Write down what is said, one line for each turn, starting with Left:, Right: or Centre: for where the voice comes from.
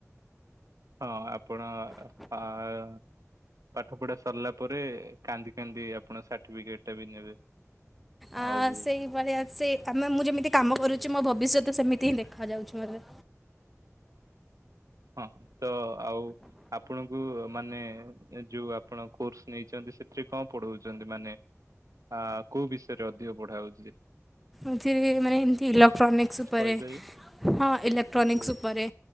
Right: ହଁ ଆପଣ ହଁ। ପାଠ ପଢା ସରିଲା ପରେ କାନ୍ଦି କାନ୍ଦି ଆପଣ ସାର୍ଟିଫିକେଟ ଟା ବି ନେବେ।
Centre: ଆ
Right: ଆଉ
Centre: ସେଇଭଳିଆ ସେ ଆମେ ମୁଁ ଯେମିତି କାମ କରୁଛି। ମୋ ଭବିଷ୍ୟତ ସେମିତି ହିଁ ଦେଖା ଯାଉଛି ମୋତେ।
Right: ହଁ ତ ଆଉ ଆପଣଙ୍କୁ ମାନେ ଯୋଉ ଆପଣ କୋର୍ସ ନେଇଛନ୍ତି ସେଥିରେ କଣ ପଢଉଛନ୍ତି ମାନେ ଆ କୋଉ ବିଷୟରେ ଅଧିକ ପଢା ହଉଛି ଯେ?
Centre: ଏଥିରେ ମାନେ ଏମିତି ଇଲେକ୍ଟ୍ରୋନିକ୍ସ
Right: କିଛି
Centre: ଉପରେ
Right: କହିପାରିବେ
Centre: ହଁ ଇଲେକ୍ଟ୍ରୋନିକ୍ସ
Right: ହଉ
Centre: ଉପରେ।